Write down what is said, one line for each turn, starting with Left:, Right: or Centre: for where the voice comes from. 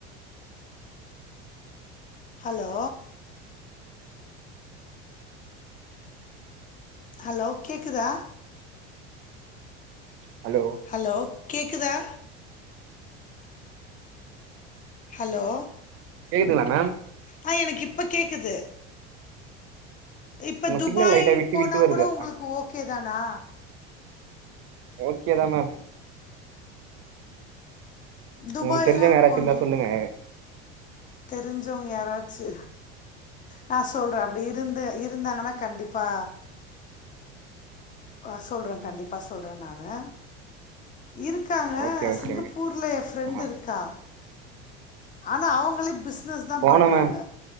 Left: ஹலோ ஹலோ கேக்குதா
Right: ஹலோ
Left: ஹலோ கேக்குதா ஹலோ
Right: கேக்குதுங்களா மேம்
Left: ஆ எனக்கு இப்போ கேகுது இப்ப
Right: உங்க
Left: துபாய்
Right: சிக்னல் லைட்டா விட்டு
Left: போனாகூட
Right: விட்டு வருது
Left: உங்ளுக்கு ஓகே தானா
Right: ஓகே தா மேம்
Left: துபாய்ல
Right: உங்களுக்கு தெரிஞ்சவங்க யாராச்சு
Left: கொஞ்சோம்
Right: இருந்தா சொல்லுங்க
Left: தெரிஞ்சவங்க யாராச்சு நா சொல்றே அப்டி இருந்து இருந்தாங்கன்னா கண்டிப்பா ஆ சொல்றே கண்டிப்பா சொல்றே நானு இருக் காங்க
Right: ஓகே ஓகே
Left: சிங்கப்பூர்ல
Right: மேம்
Left: ஏ ஃப்ரெண்டு்
Right: ஆ
Left: இருக்கா ஆனா அவங்களே பிஸ்னஸ் தா
Right: போனே
Left: பண்றாங்க
Right: மேம்